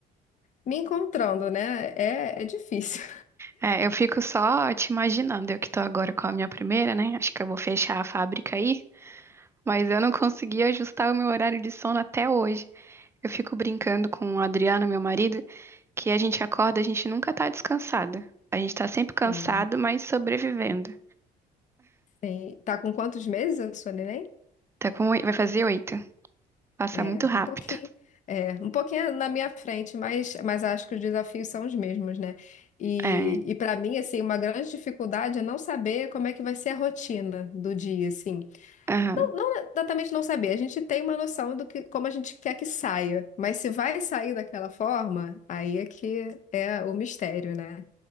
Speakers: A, on the left; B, on the right.
A: me encontrando, né? É, é difícil.
B: É, eu fico só te imaginando, eu que tô agora com a minha primeira, né? Acho que eu vou fechar a fábrica aí, mas eu não consegui ajustar o meu horário de sono até hoje. Eu fico brincando com o Adriano, meu marido, que a gente acorda, a gente nunca tá descansada. A gente tá sempre
A: <laughs>
B: cansado,
A: Sim.
B: mas sobrevivendo.
A: Sim. Tá com quantos meses a sua neném?
B: Tá com, oi- vai fazer oito. Passa
A: É,
B: muito rápido.
A: um pouquinho, é, um pouquinho na minha frente, mas, mas acho que os desafios são os mesmos, né? E,
B: É.
A: e para mim, assim, uma grande dificuldade é não saber como é que vai ser a rotina do dia, assim.
B: aham.
A: Não, não exatamente não saber, a gente tem uma noção do que, como a gente quer que saia, mas se vai sair daquela forma, aí é que é o mistério, né?